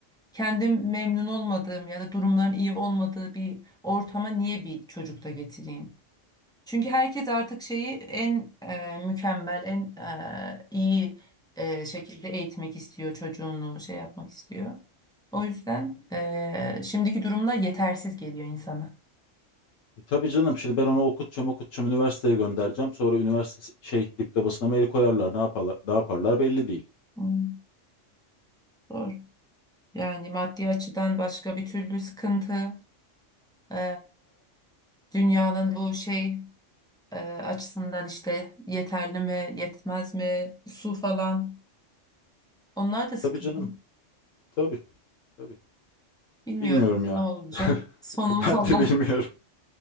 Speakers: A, in the centre; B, on the left.
A: Kendim memnun olmadığım ya da durumların iyi olmadığı bir ortama niye bir çocuk da getireyim? Çünkü herkes artık şeyi en e, mükemmel, en e, iyi e, şekilde eğitmek istiyor, çocuğunu şey yapmak istiyor. O yüzden e, şimdiki durumlar yetersiz geliyor insana.
B: E tabii canım şimdi ben onu okutacağım okutacağım üniversiteye göndereceğim. Sonra üniversite şey diplomasına mail koyarlar ne yaparlar, ne yaparlar belli değil.
A: Hmm, zor. Yani maddi açıdan başka bir türlü sıkıntı. e, dünyanın bu şey e, açısından işte yeterli mi, yetmez mi, su falan. Onlar da sıkıntı.
B: Tabii canım tabii tabii.
A: Bilmiyorum
B: Bilmiyorum ya.
A: ne olacak.
B: <laughs>
A: <laughs> Sonumuz
B: Ben
A: Allah.
B: de bilmiyorum.